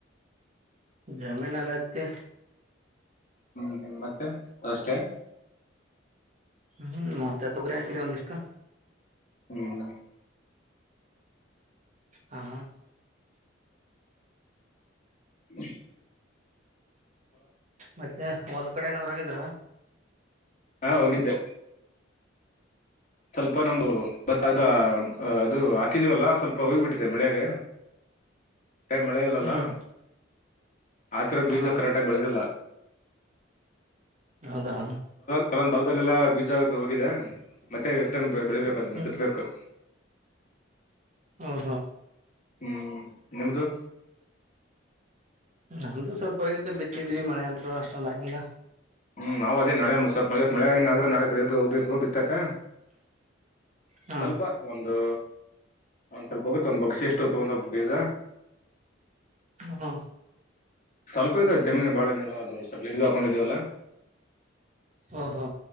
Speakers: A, on the right; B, on the left.
A: ಜಮೀನಲ್ಲ ಹತ್ತಿ.
B: ಹ್ಮ್ -ಹ್ಮ್- ಮತ್ತೆ- ಅ -ಅಷ್ಟೇ.
A: ಹ್ಮ್- ಮತ್ತೆ ತೊಗರಿ ಹಾಕಿದ ಒಂದಿಷ್ಟು.
B: ಹ್ಮ್. -
A: ಹಾ.
B: ಹ್ಮ.
A: ಮತ್ತೆ ಹೊಲ್ ಕಡೆ ಏನಾದ್ರೂ ಹೋಗಿದ್ರಾ.
B: ಹಾ- ಹೋಗಿದ್ದೆ. ಸ್ವಲ್ಪ ನಮು ಮತ್ತ ಅದ ಅದು ಹಾಕಿದೀವಲ್ಲ ಸ್ವಲ್ಪ ಹೋಗ್ಬಿಟ್ಟಿದೆ ಮಳೆಯಾಗ. ಏ-ಮಳೆ ಇಲ್ಲಲ್ಲ.
A: ಹ್ಮ್
B: ಹಾಕಿರೋ ಬೀಜ
A: ಹಾ
B: ಕರೆಕ್ಟಗಿ ಬೆಳೆದಿಲ್ಲ.
A: ಹೌದಾ.
B: ಅಲ್ಲೊಂದ್ ಭಾಗಲ್ಲೆಲ್ಲಾ ಬೀಜ ಹೋಗಿದೆ ಮತ್ತೆನ್ ಬೆಳಬೇಕು ಅದನ್ನ
A: ಹ್ಮ್
B: ಬಿತ್ಬೇಕು
A: ಹಾ- ಹಾ
B: ಹ್ಮ್ -ನಿಮ್ಮದು.
A: ನಮ್ದು ಸ್ವಲ್ಪ ಹೋಗತ್ತ ಬಿತ್ತಿದ್ವಿ ಮಳೆ ಅತ್ರ ಅಷ್ಟೊಂದ ಆಗಲ್ಲ.
B: ಹ್ಮ್ -ನಾವವು ಅದೇ ನಾಳೆವ -ಮ -ಮಳ ಏನಾದ್ರೂ ನಾಳೆ ಬೆಳಿಗ್ಗೆ ಹೋಗ್ಬೇಕು ಬಿತ್ತಕ್ಕ.
A: ಹಾ
B: ಸ್ವಲ್ಪ- ಒ ಒಂದು ಒಂದ್ ಸ್ವಲ್ಪ ಹೋಗುತ್ತ ಒಂದ್ ಬಗ್ಸಿ ಎಷ್ಟು ತಗೊಂಡೋಗ ಬೀಜ.
A: ಹ-
B: ಸ್ವಲ್ಪ ಇದೆ ಜಮೀನು ಬಾಳ ಏನಿಲ್ಲ ಅದು ಸ್ವಲ್ಪ ಇಜ ಹಾಕೊಂಡಿದೀವಲ್ಲ.
A: ಓಹೋ